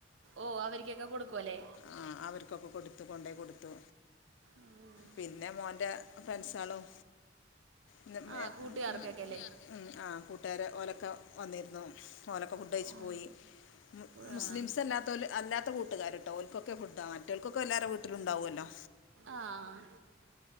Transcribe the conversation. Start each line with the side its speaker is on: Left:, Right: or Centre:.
Right: ഓഹ് അവരിക്കെക്കെ കൊടുക്കും അല്ലേ
Left: ആഹ് അവര്ക്കൊക്കെ കൊടുത്തു കൊണ്ടേ കൊടുത്തു
Right: ഉം.
Left: പിന്നെ മോൻ്റെ ഫ്രണ്ട്സാളും ഇന്ന് മേ
Right: ആ കൂട്ടുകാർക്കൊക്കെ
Left: ഉം ഉം
Right: അല്ലേ
Left: ഉം ആഹ് കൂട്ടുകാര് ഓലൊക്കെ വന്നിരുന്നു ഓലൊക്കെ ഫുഡഴിച്ചു
Right: ആ.
Left: പോയി മു
Right: ഉം.
Left: മുസ്ലിംസ് അല്ലാത്തോല് അല്ലാത്ത കൂട്ടുകാര്ട്ടോ ഓൽക്കൊക്കെ ഫുഡാ മാറ്റോൽക്കൊക്കെ എല്ലാരെ വീട്ടിലണ്ടാവോല്ലോ
Right: ആഹ്